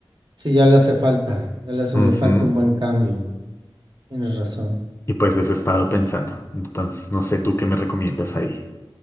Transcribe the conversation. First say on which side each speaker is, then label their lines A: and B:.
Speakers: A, on the right (about 55°); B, on the left (about 25°).
A: sí, ya le hace falta. Ya le hace
B: Ujú.
A: le falta un buen cambio. Tienes razón.
B: Y pues de eso he estado pensando. Entonces, no sé, ¿tú qué me recomiendas ahí?